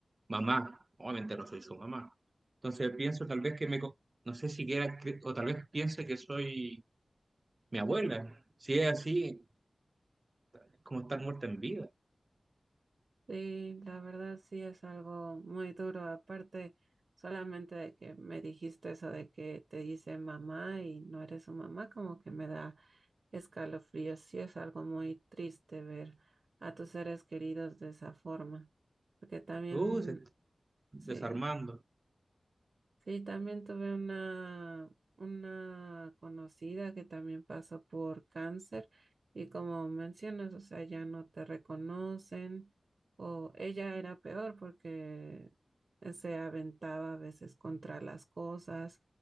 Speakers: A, on the right; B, on the right.
A: mamá, obviamente no soy su mamá. Entonces pienso tal vez que me, co- no sé siquiera, cre- o tal vez piense que soy mi abuela. Si es así, es como estar muerta en vida.
B: Sí, la verdad sí es algo muy duro. Aparte, solamente de que me dijiste eso de que te dice mamá y no eres su mamá, como que me da escalofríos. Sí es algo muy triste ver a tus seres queridos de esa forma, porque también,
A: Uh, se está desarmando.
B: sí, sí, también tuve una, una conocida que también pasó por cáncer y como mencionas, o sea, ya no te reconocen o ella era peor porque se aventaba a veces contra las cosas